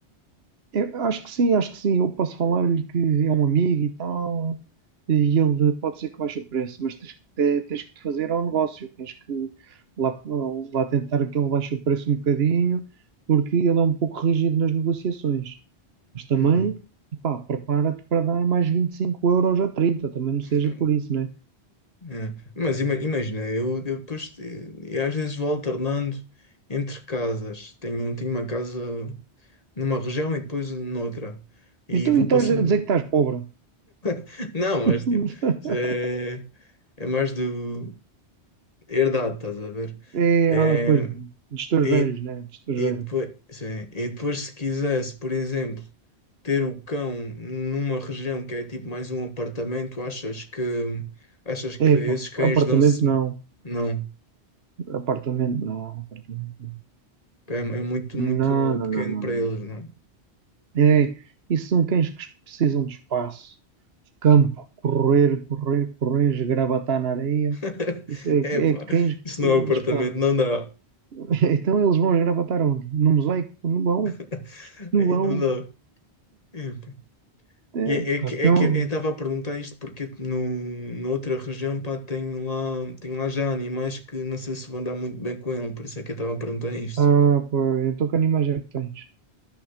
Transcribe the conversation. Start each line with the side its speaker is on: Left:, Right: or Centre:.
Right: Eu acho que sim, acho que sim. Eu posso falar-lhe que é um amigo e tal, e ele pode ser que baixe o preço, mas tens que, te- tens que te fazer ao negócio, tens que lá, lá tentar que ele baixe o preço um bocadinho, porque ele é um pouco rígido nas negociações. Mas também,
Left: Hum.
Right: pá, prepara-te para dar mais 25 euros ou 30, também não
Left: <laughs>
Right: seja por isso, né?
Left: É, Mas ima- imagina, eu, eu depois eh, eu às vezes vou alternando entre casas. Tenho, tenho uma casa numa região e depois noutra. E
Right: Então,
Left: vou
Right: e estás
Left: passando.
Right: a dizer que estás pobre?
Left: <laughs> Não, mas
Right: <laughs>
Left: tipo, isso é, é mais do herdado, estás a ver?
Right: É,
Left: É,
Right: ah, pois, dos teus
Left: e,
Right: velhos, né? Dos teus
Left: e
Right: velhos.
Left: depois, sim, e depois, se quisesse, por exemplo, ter o cão numa região que é tipo mais um apartamento, achas que achas que
Right: É,
Left: esses
Right: pá,
Left: cães
Right: apartamento
Left: dão-se.
Right: não.
Left: Não.
Right: Apartamento, não, apartamento.
Left: É, é muito,
Right: Não,
Left: muito
Right: não,
Left: pequeno
Right: não, não,
Left: para
Right: não.
Left: eles, não?
Right: É, isso são cães que precisam de espaço, campo, correr, correr, correr, esgravatar na areia.
Left: <laughs>
Right: Isso é,
Left: Epá,
Right: é cães que
Left: isso
Right: precisam
Left: não é um apartamento,
Right: de espaço.
Left: não dá.
Right: <laughs> Então eles vão esgravatar onde? No mosaico? Não vão,
Left: <laughs>
Right: não
Left: Aí
Right: vão.
Left: não dá. Epá.
Right: É,
Left: E é, é
Right: pá,
Left: que,
Right: então,
Left: é que eu estava a perguntar isto porque no, noutra região, pá, tem lá, tem lá já animais que não sei se vão dar muito bem com ele, por isso é que eu estava a perguntar isto.
Right: ah, pá, eu estou com animais é que tens.